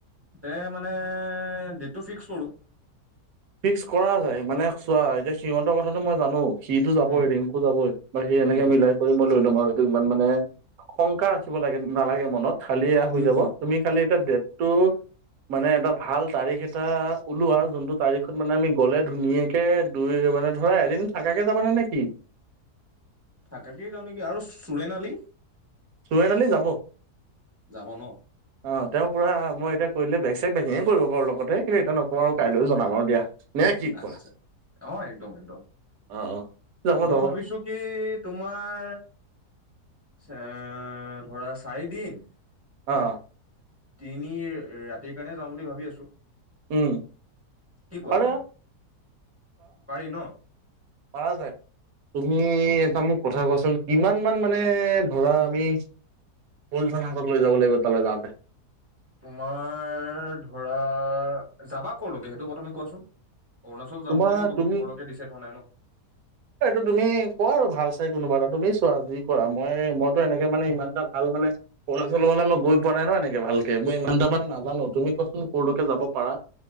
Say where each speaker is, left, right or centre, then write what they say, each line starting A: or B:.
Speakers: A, on the right; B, on the right.
A: ততে মানে দিনটো ফিক্স কৰোঁ।
B: ফিক্স কৰা যায় মানে চোৱা এতিয়া সিহঁতৰ কথাটো মই জানো সিটো যাবই
A: উম
B: ৰিংকু যাবই বা সি। এনেকে
A: উম
B: মিলাই কৰি মই লৈ লম আৰু সেইটো ইমান মানে, শংকাৰ ৰাখিব লাগে নালাগে মনত। খালি এ হৈ
A: উম
B: যাব
A: উম
B: তুমি খালি এতিয়া দেটতো মানে এটা ভাল তাৰিখ এটা ওলোৱা যোনটো। তাৰিখত মানে আমি গ'লে ধুনীয়াকে দুই মানে ধৰা এদিন থাকাকে যাবানে নে কি। <unintelligible>
A: থাকাকেই যাওঁ নেকি আৰু চুৰেন আলি।
B: চুৱনালি যাব।
A: যাব ন
B: অ তেওঁ পুৰা মই এতিয়া কৰি দলে বেক চেগ পেকিঙে কৰিব বাৰু লগতে কিন্ত এটো নকওঁ আৰু কাইলৈও
A: অ
B: জনাম আৰু দিয়া নে কি কোৱা
A: আচ্ছা অ একদম একদম
B: অ যাব
A: মই
B: যাব
A: ভাবিছো কি তোমাৰ আ ধৰা চাৰিদিন
B: আহ।
A: আৰু তিনি ৰাতিৰ কাৰণে যাওঁ বুলি ভাবি আছো
B: উম
A: কি কোৱা
B: পাৰা
A: তুমি পাৰি ন?
B: পাৰ যায় তুমি
A: অ
B: এটা মোক কথা কোৱাচোন। কিমান মান মানে ধৰা আমি কুলজন হাতক লৈ যাব লাগিব তালৈ যাওঁতে।
A: তোমাৰ ধৰা যাবা ক লগোকে সেইটো কথা তুমি কোৱাচোন? অৰুণাচল যাম
B: তোমাৰ
A: বুলিতো ক'লো
B: তুমি
A: ক'লৈকে ডিচাইড হোৱা নাই ন
B: এইটো তুমি কোৱা আৰু ভাল চাই কোনোবা এটা তুমি চোৱা যি কৰা মই মইতো এনেকে মান ইমানটা ভাল মানে সৰু লৰা ছোৱালী লগত মই গৈ পোৱা নাই নয় এনেকে ভাল ভালকে মই ইমানটা মানে নাজানো তুমি কোৱাচোন কলৈকে যাব পাৰা